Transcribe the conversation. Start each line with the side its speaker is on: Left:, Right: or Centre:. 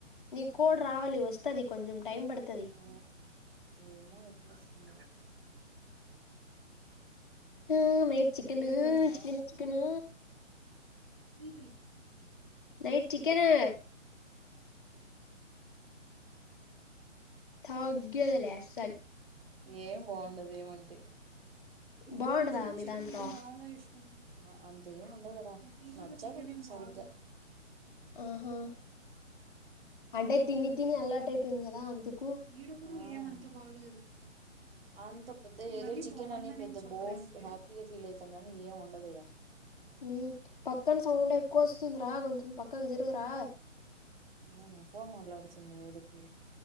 Left: నీ కుడ్ రావాలి వస్తుది కొంచెం టైం పడుతది
Right: ఆ ఏమో ఎప్పుడొస్తుందో
Left: ఆ నైట్ చికెను
Right: ఏ గేమ్ పా
Left: chicken chicken
Right: three three
Left: night chicken
Right: <unintelligible> <unintelligible>
Left: తగ్గేదిలే అస్సలు
Right: ఏం బాగుండదు ఏమంటే
Left: బాగుంటదా
Right: ఫ్రిడ్జ్ లో
Left: మీ
Right: చికెన్
Left: దాంట్లో
Right: కూడా <unintelligible> ఆ అంతేం ఉండవరా నచ్చావు సరిగ్గా
Left: ఆహా అంటే తిని తిని అలవాటైపోయింది కదా అందుకు
Right: ఈడెప్పుడు ఏమంత బాలేదు అంత పెద్ద ఏదో చికెన్ అని పెద్ద బోస్ హ్యాపీగా ఫీల్ అవుతాం గానీ ఏం ఉండదీడా
Left: హ్మ్మ్ పక్కన సౌండ్ ఎక్కువ వస్తుంది రా కొంచెం పక్కకు జరగరా
Right: అవునా సార్ మళ్ళా ఏడుస్తుంది వేడికి